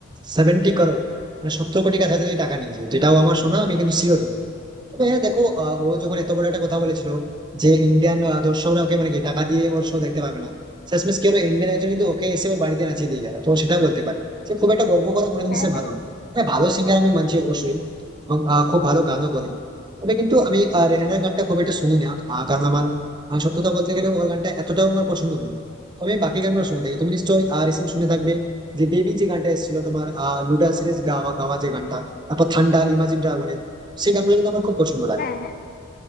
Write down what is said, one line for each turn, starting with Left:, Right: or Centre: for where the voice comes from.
Right: সেভেন্টি করোড় মানে সত্তর কোটি কাছাকাছি টাকা নিয়েছে যেটাও আমার শোনা আমি কিন্তু শিওর নই তবে হ্যাঁ দেখো আহ, ও যখন এত বড় একটা কথা বলেছিল যে ইন্ডিয়ান দর্শকরা ওকে মানে কি টাকা দিয়ে ওর শো দেখতে পাবে না শেষমেশ কি হলো ইন্ডিয়ান একজন কিন্তু ওকে এসে ওর বাড়িতে নাচিয়ে দিয়ে গেল তো সেটা বলতে পারে যে খুব একটা গর্ব করা কোনো জিনিসের
Left: হ্যাঁ হ্যাঁ
Right: ভালো না। হ্যাঁ ভালো সিঙ্গার আমি মানছি অবশ্যই এবং আহ, খুব ভালো গানও করে তবে কিন্তু আমি আহ, রেহানার গানটা খুব একটা শুনি না আহ, কারণ আমার আহ, সত্যি কথা বলতে গেলে ওর গানটা এতটাও আমার পছন্দ নয় তবে আমি বাকি গানগুলো শুনে থাকি তুমি নিশ্চয়ই রিসেন্ট শুনে থাকবে যে বেবি যে গানটা এসেছিল তোমার আহ, লুডা সিরিজ গাওয়া গাওয়া যে গানটা তারপর থান্ডার ইমাজিন ড্রাগনের সেই গানগুলো কিন্তু আমার খুব পছন্দ লাগে
Left: হ্যাঁ হ্যাঁ